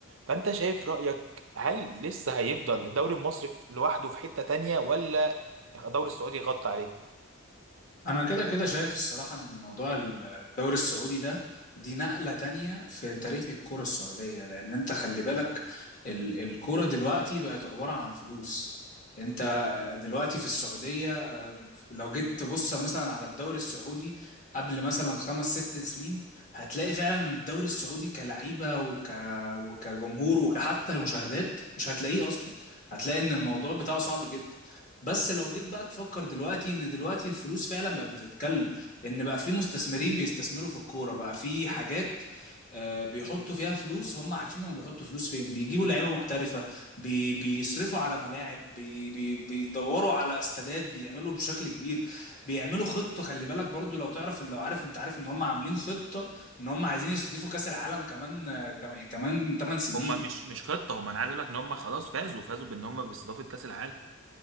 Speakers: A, on the right; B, on the left.
A: فانت شايف رايك هل لسه هيفضل الدوري المصري في- لوحده في حته تانية ولا الدوري السعودي يغطي عليه
B: انا كده كده شايف الصراحة ان موضوع الدوري السعودي ده دي نقلة تانية في تاريخ الكرة السعودية لان انت خلي بالك ال- الكرة دلوقتي بقت عبارة عن فلوس انت دلوقتي في السعودية آه، لو جيت تبص مثلا على الدوري السعودي قبل مثلا خمس ست سنين هتلاقي فعلا ان الدوري السعودي كلعيبة وك... وكجمهور وكحتى مشاهدات مش هتلاقيه اصلا هتلاقي ان الموضوع بتاعه صعب جدا بس لو جيت بقى تفكر دلوقتي ان دلوقتي الفلوس فعلا بقى بتتكلم ان بقى في مستثمرين بيستثمروا في الكوره بقى في حاجات آه، بيحطوا فيها فلوس هم عارفين هم بيحطوا فلوس فين بيجيبوا لعيبه محترفه بي بيصرفوا على ملاعب بي بي بيدوروا على استادات بيعملوا بشكل كبير بيعملوا خطه خلي بالك برضو لو تعرف ان لو عارف انت عارف ان هم عاملين خطه ان هم عايزين يستضيفوا كاس العالم كمان آه، كم- كمان 8 سنين
A: هما مش مش خطه هما انا عايز اقول لك ان هما خلاص فازوا فازوا بان هما باستضافه كاس العالم